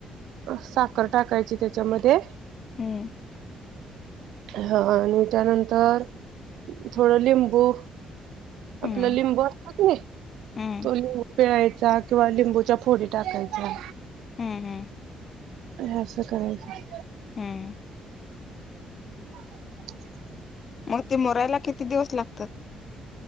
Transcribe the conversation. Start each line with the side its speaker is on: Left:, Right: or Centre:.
Right: साखर टाकायची त्याच्यामध्ये.
Left: हं
Right: हा हा आणि त्यानंतर थोडं लिंबू
Left: हं
Right: आपला लिंबू असतात र
Left: हं
Right: तो लिंबू पिळायचा किंवा लिंबूच्या फोडी टाकायचा.
Left: हम्म हम्म.
Right: हे असं करायचं.
Left: हम्म.
Right: <inaudible>
Left: मग ते मोरायला किती दिवस लागत.